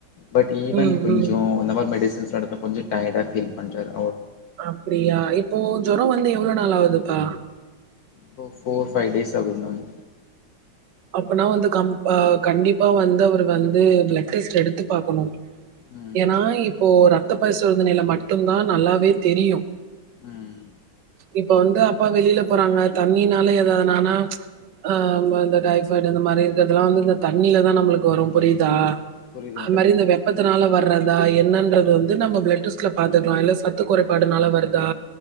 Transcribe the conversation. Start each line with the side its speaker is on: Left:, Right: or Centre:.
Left: பட் ஈவன்
Right: ம்
Left: கொஞ்சோ
Right: ம்
Left: இந்த மார் மெடிஸ் <unintelligible> எடுத்த கொஞ்ச டயடா பீல் பண்றாறு
Right: அப்டியா இப்போது ஜொரோ வந்து எவ்ளோ நாள் ஆவுதுப்பா
Left: ஃபோ ஃபோர் ஃபைவ் டேஸ் ஆவுதுங் மேம்
Right: அப்பனா வந்து கம் பா கண்டிப்பா வந்து அவரு வந்து ப்ளட் டெஸ்ட் எடுத்து பாக்கணும்
Left: ம்
Right: ஏன்னா இப்போ ரத்த பரிசோதனைல மட்டும்தான் நல்லாவே தெரியும்
Left: ம்
Right: இப்ப வந்து அப்பா வெளியல போறாங்க தண்ணினால ஏதாவது ஆனா அ மா இந்த அத சைடு இந்த மாரி இந்த இது லா வந்து இந்த தண்ணியலதா நம்மளுக்கு வரும் புரியுதா
Left: புரியுது
Right: அது
Left: மேடம்
Right: மாரி இந்த வெப்பத்தனால வர்றதா என்னன்றது வந்து நம்ம ப்ளட் டெஸ்ட்ல பாத்துக்கலாம் இல்ல சத்து குறைபாடுனால வருதா